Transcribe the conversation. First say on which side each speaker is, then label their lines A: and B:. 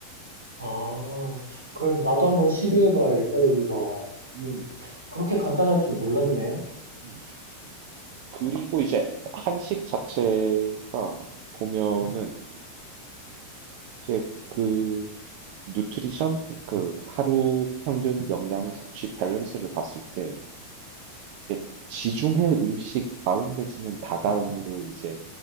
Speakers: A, on the right; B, on the right.
A: 아, 그래, 나도 한번 시도해봐야겠다,
B: 음,
A: 여기서. 그,
B: 음,
A: 그렇게 간단할 줄 몰랐네.
B: 음. 그리고 이제 한식 자체가 보면은 이제 그 누트리션 그 하루 평균 영양 섭취 밸런스를 봤을 때 이게 지중해 음식 다음 내지는 다다음으로 이제